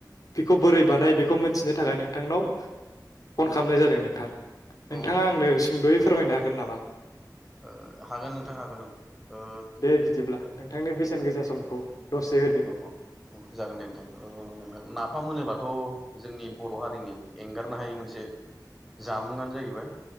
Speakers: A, on the left (about 55°); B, in the centre.
A: बेखौ बोरै बानाय बेखौ मिथिनो थाखाय नोंथांनाव फन खालामनाय जादों नोंथां नोंथाङा
B: औ
A: आंनो
B: नोंथां दे
A: सुंदयै फोरमायनो हा गोन नामा?
B: ओ हागोन नोंथां हागोन औ ओ
A: दे बिदिब्ला नोंथांनि बेसेन गोसा समखौ दसे होदो
B: ह ह ह जागोन दे ओ नोंथां नाफाम मोनोबाथ जोंनि बर हारिनि एंगारनो हायै मोनसे जामुं आनो जाहैबाय।